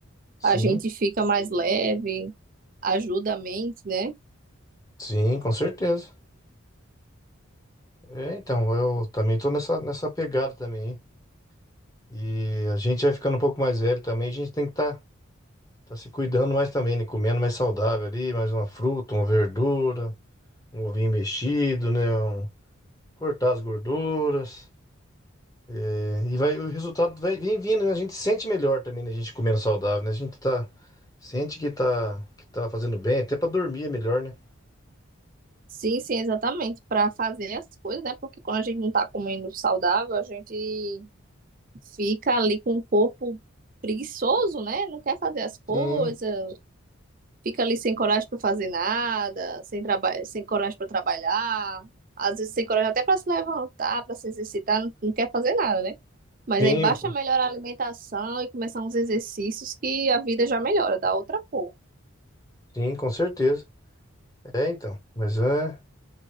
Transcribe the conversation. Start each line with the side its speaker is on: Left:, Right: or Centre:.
Left: Sim,
Right: A gente fica mais leve, ajuda a mente, né?
Left: sim, com certeza. É, então, eu também tô nessa, nessa pegada também. hein? E a gente vai ficando um pouco mais velho também, a gente tem que estar tá, tá se cuidando mais também, né? Comendo mais saudável ali, mais uma fruta, uma verdura. um ovinho mexido, né? um- cortar as gorduras. É, e vai, o resultado vai, vem vindo, né? A gente sente melhor também, né? A gente comendo saudável, né? A gente tá, sente que tá, que tá fazendo bem, até pra dormir é melhor, né?
Right: Sim, sim, exatamente, para fazer as coisas, né? Porque quando a gente não tá comendo saudável, a gente fica ali com o corpo preguiçoso, né? Não quer fazer as coisas,
Left: Sim,
Right: fica ali sem coragem para fazer nada, sem trabalho, sem coragem para trabalhar, às vezes sem coragem até para se levantar, para se exercitar, não, não quer fazer nada, né? Mas
Left: sim,
Right: aí basta
Left: pô,
Right: melhorar a alimentação e começar uns exercícios que a vida já melhora, dá outra cor.
Left: sim, com certeza. É, então. Mas é.